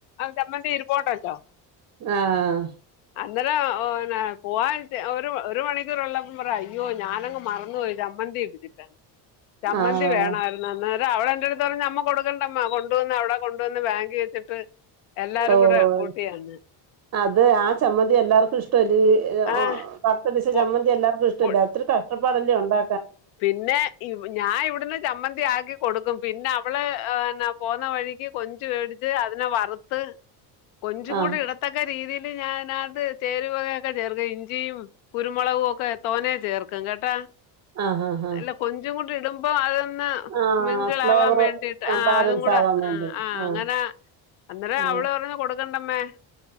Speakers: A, on the left; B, on the right.
A: ചമ്മന്തി ഇരു പോണ്ടല്ലോ.
B: ആഹ്‌.
A: അന്നേരം ഓ ന്നേ പോവാൻ ഒരു ഒരു മണിക്കൂറ്ള്ളപ്പോം പറായി യ്യോ ഞാനങ് മറന്ന് പോയി ചമ്മന്തി <unintelligible> ചമ്മന്തി
B: ആഹ്
A: വേണാര്ന്നു അന്നേരം അവള് എന്റട്ത് പറയും, അമ്മ കൊടുക്കണ്ടമ്മ കൊണ്ടുവന്ന് അവടെ കൊണ്ടുവന്ന് ബാങ്ക് വെച്ചിട്ട് എല്ലാരും
B: ഓഹ്‌
A: കൂടെ കൂട്ടിയാണ്
B: അത് ആ ചമ്മന്തി എല്ലാർക്കും ഇഷ്ടം <unintelligible>
A: ആ
B: <unintelligible> പിശ
A: കൊ-
B: ചമ്മന്തി എല്ലാർക്കും ഇഷ്ടല്ല
A: കൊ-
B: ഒത്തിരി കഷ്ട്ടപ്പാടല്ലേ ഉണ്ടാ
A: പിന്നെ ഇവ് ഞാ ഇവിടുന്ന് ചമ്മ ന്തി ആക്കി കൊടുക്കും, പിന്നെ അവള് ആ ന്നേ പോന്ന വഴിക്ക് കൊഞ്ച് മേടിച്ച് അതിനെ വറുത്ത് കൊഞ്ചും
B: ആഹ്
A: കൂടി ഇടത്തൊക്കെ രീതിയില് ഞാനത് ചേരുവയൊക്കെ ചേർത്ത് ഇഞ്ചിയും കുരുമൊളകു ഒക്കെ തോനേ ചേർക്കും കേട്ടാ.
B: ആഹ്‌ ഹാ ഹാ.
A: അല്ല കൊഞ്ചും കൂടി ഇടുമ്പോ അത് ന്നാ
B: ആഹ്
A: മിങ്കിളാവാൻ
B: ഫ്ലേവർ
A: വേണ്ടിട്ട് ആഹ്‌
B: ബാലൻസ്
A: അതും കൂടെ
B: ആവാൻ വേണ്ടി
A: ആ ആ
B: ആഹ്
A: അങ്ങനെ അന്നേരം അവള്
B: ആഹ്
A: പറഞ്ഞു കൊടുക്കണ്ടമ്മേ